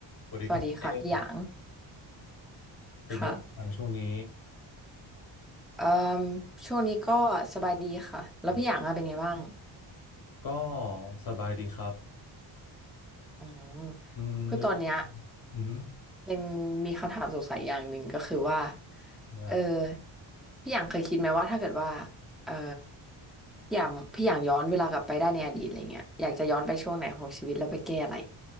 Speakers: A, on the left; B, in the centre.
A: สวัสดีครับเจมส์
B: สวัสดีค่ะพี่หยาง
A: เป็นไงบ้างช่วงนี้
B: ค่ะเอ่อช่วงนี้ก็สบายดีค่ะแล้วพี่หยางอะเป็นไงบ้าง
A: อืมก็สบายดีครับ
B: อืม
A: อืมเลย
B: คือตอนเนี้ย
A: อืม
B: เป็นมีคำถามสงสัยอย่างหนึ่งก็คือว่า
A: ได้
B: เออพี่หยางเคยคิดไหมว่าถ้าเกิดว่าเอ่อพี่หยางพี่หยางย้อนเวลากลับไปได้ในอดีตอะไรเงี้ยอยากจะย้อนไปช่วงไหนของชีวิตแล้วไปแก้อะไร